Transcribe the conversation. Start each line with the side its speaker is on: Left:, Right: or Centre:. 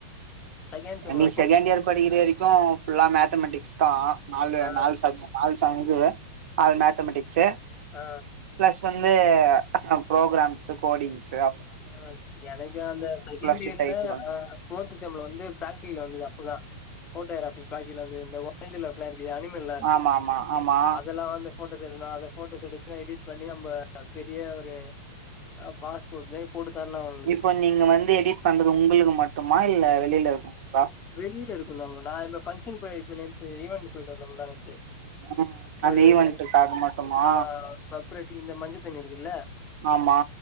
Left: செகண்ட் செம்ல
Right: எங்களுக்கு செகண்ட் இயர் படிக்கிற வரிக்கு ஃபுல்லா மேத்தமெட்டிக்ஸ் தா நாலு
Left: ஆ
Right: நாலு சப் ஆல் <unintelligible> ஆல் மேத்தமெட்டிக்ஸு
Left: அ
Right: ப்ளஸ் வந்து ப்ரோக்ராம்ஸு கோடிங்ஸு அவ்
Left: அ எனக்கு அந்த செகண்டு
Right: ஸ்ட்ரிக்ட்
Left: யேர்ல
Right: ஆயிச்சு கொஞ்சோ
Left: அ போர்த்து செம்ல வந்து ப்ராக்டிகல் வந்துது அப்பதா ஃபோட்டோகிராபி ப்ராக்டிகல் வந்து இந்த <unintelligible> இருக்கில்லயா அனி மல்லாருக்கே
Right: ஆமா ஆமா ஆமா
Left: அதெல்லா வந்து போட்டோஸ எடுக்ணு அத ஃபோட்டோஸ் எடுத்து எடிட் பண்ணி நம்ம பெரிய ஒரு அ பாஸ்போட் மாரி போட்டுத்தர்னோ அவ்ங்ளுக்கு
Right: இப்போ நீங்க வந்து எடிட் பண்றது உங்களுக்கு மட்டுமா இல்ல வெளியில இருக்குங்ளுக்கா
Left: வெளியில இருக்குந் தான் ப்ரோ நா இந்த ஃபங்க்ஷன் போய் இப்ப நேத்து ஈவன்டு போய்ட்டு வந்த முந்தாநேத்து
Right: ம் அந்த
Left: ஒரு <unintelligible>
Right: ஈவென்ட்டுக்காக மட்டுமா
Left: ஆ பப்ரட்டி இந்த மஞ்ச தண்ணி இருக்கில்ல
Right: ஆமா